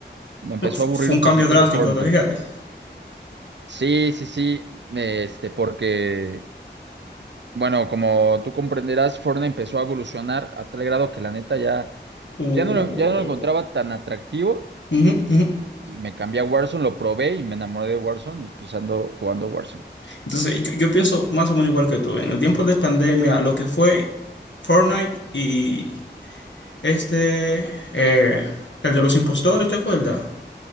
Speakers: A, on the right; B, on the left.
A: Me empezó
B: No, fu-
A: a aburrir
B: Fue
A: un
B: un cambio
A: poquito
B: drástico,
A: Fortnite.
B: ¿te fíjate?
A: Sí, sí, sí, este, porque, bueno, como tú comprenderás, Fortnite empezó a evolucionar a tal grado que la neta ya,
B: Uh,
A: ya no lo, ya no lo encontraba tan atractivo.
B: ujú, ujú.
A: Y, y me cambié a Warzone, lo probé y me enamoré de Warzone y pues ando jugando Warzone.
B: Entonces, yo, yo pienso más o menos igual que tú. En el tiempo de pandemia, lo que fue Fortnite y este, eh, el de los impostores, ¿te acuerdas?